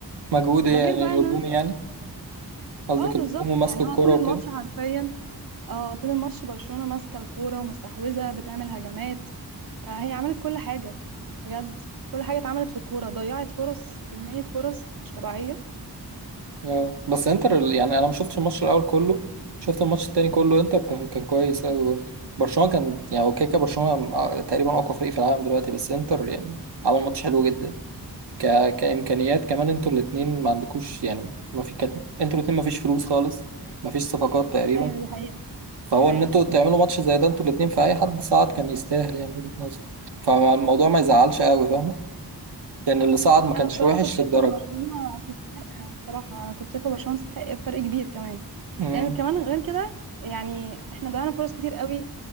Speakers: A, on the right (about 80°); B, on the right (about 55°).
A: مجهود
B: ده
A: يعني
B: غير بقى
A: هجومي
B: ان أنا-
A: يعني قصدك
B: اه
A: الهجوم
B: بالظبط
A: وماسك
B: يعني
A: الكرة
B: هو طول
A: وكده
B: الماتش حرفيا اه طول الماتش برشلونه ماسكه الكوره ومستحوذه بتعمل هجمات فهي عملت كل حاجة بجد كل حاجة اتعملت في الكورة ضيعت فرص كمية فرص مش طبيعية
A: اه بس انتر ال- يعني انا ما شفتش الماتش الاول كله شفت الماتش التاني كله انتر كان كان كويس قوي برضه برشلونة كان يعني هو كده كده برشلونة آه، تقريبا اقوى فريق في العالم دلوقتي بس انتر يعني عمل ماتش حلو جدا ك... كامكانيات كمان انتوا الاثنين ما عندكوش يعني ما في كانت انتوا الاثنين ما فيش فلوس خالص ما فيش صفقات تقريبا
B: ايوه دي حقيقة
A: فهو
B: دي حقيقة
A: ان انتوا تعملوا ماتش زي ده انتوا الاتنين في اي حد صعد كان يستاهل يعني من وجهة نظري فالموضوع ما يزعلش قوي فاهم لان اللي صعد ما كانش
B: أنا بصراحة
A: وحش
B: كنت شايفة
A: للدرجة
B: إن برشلونة تستحق بصراحة أنا كنت شايفة برشلونة تستحق بفرق كبير كمان
A: امم
B: لأن كمان غير كده يعني احنا ضيعنا فرص كتير قوي